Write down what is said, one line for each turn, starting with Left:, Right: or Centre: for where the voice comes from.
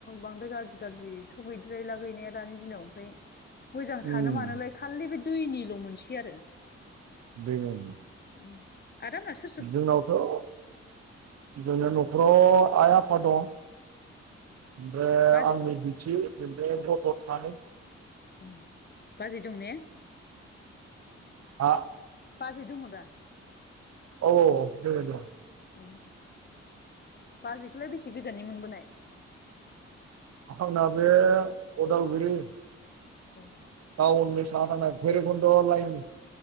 Left: बांद्राय गाज्रि गाज्रि थ' गैद्रायला गैनाया दानि दिनाव ओमफाय मोजां थानो
Right: उम
Left: मानोलाय खालि बे दैनिल' मोनसे आरो।
Right: <unintelligible>
Left: उम आदामास
Right: जोंनावथ' जोंना न'खराव आइ आफा दं। ओमफ्राय
Left: बाजै
Right: आंनि बिथि ओमफ्राय गथ' सानै।
Left: उम बाजै दं ने?
Right: हा?
Left: बाजै दङ दा?
Right: औ औ दोङो दङ।
Left: उम बाजैखौलाय बेसे गोजाननि मोनबोनाय?
Right: आंना बे उदालगुरि।
Left: उम।
Right: टाउननि साहा थांनाय भैरबखुन्द' लाइननि।